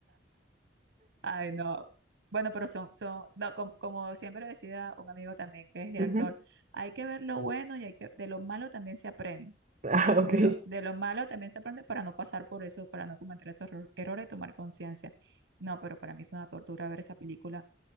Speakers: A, on the right; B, on the right.
A: Ay, no. Bueno, pero son, son, no, como, como siempre decía un amigo también que es director,
B: Ujú.
A: hay que ver lo bueno y hay que, de lo malo también se aprende.
B: Ah,
A: De lo,
B: ok.
A: de lo, de lo malo también se aprende para no pasar por eso, para no cometer esos erro- errores y tomar conciencia. No, pero para mí fue una tortura ver esa película.